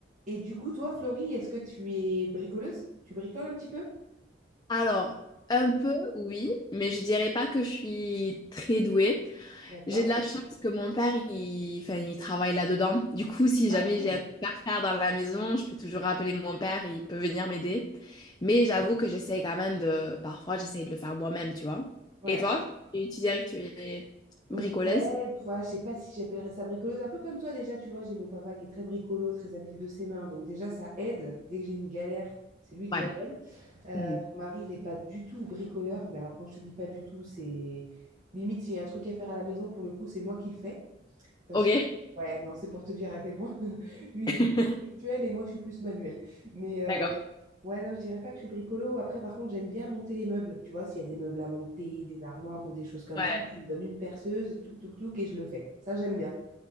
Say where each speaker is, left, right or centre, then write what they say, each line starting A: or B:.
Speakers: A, on the right; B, on the left.
A: Et du coup, toi, Florie, est-ce que tu es bricoleuse? Tu bricoles un petit peu?
B: Alors, un peu, oui, mais je dirais pas que je suis très douée.
A: D'accord.
B: J'ai de la chance que mon père, il, enfin, il travaille là-dedans. Du coup, si
A: Ah,
B: jamais
A: cool.
B: j'ai un truc à faire dans la maison, je peux toujours appeler mon père, il peut venir m'aider. Mais j'avoue que j'essaye quand même de... Parfois, j'essaye de le faire moi-même, tu vois.
A: Ouais.
B: Et toi? Tu tu dirais que tu es
A: Ouais,
B: bricoleuse?
A: tu vois, je sais pas si j'appellerais ça bricoleuse. Un peu comme toi, déjà, tu vois, j'ai mon papa qui est très bricolo, très habile de ses mains. Donc, déjà, ça aide. Dès que j'ai une galère, c'est lui que
B: Ouais.
A: j'appelle. Euh,
B: Mhm.
A: mon mari n'est pas du tout bricoleur. Mais alors, quand je te dis pas du tout, c'est limite s'il y a un truc à faire à la maison, pour le coup, c'est moi qui le fais. Parce
B: Ok.
A: que, ouais, non, c'est pour te dire à quel point <laughs> lui,
B: <laughs>
A: il est plus intellectuel et moi, je suis plus manuel. Mais, euh,
B: D'accord.
A: Ouais, non, je dirais pas que je suis bricolo. Après, par contre, j'aime bien monter les meubles. Tu vois, s'il y a des meubles à monter, des armoires ou des choses comme
B: Ouais.
A: ça, tu me donnes une perceuse, touc, touc, touc, et je le fais. Ça, j'aime bien.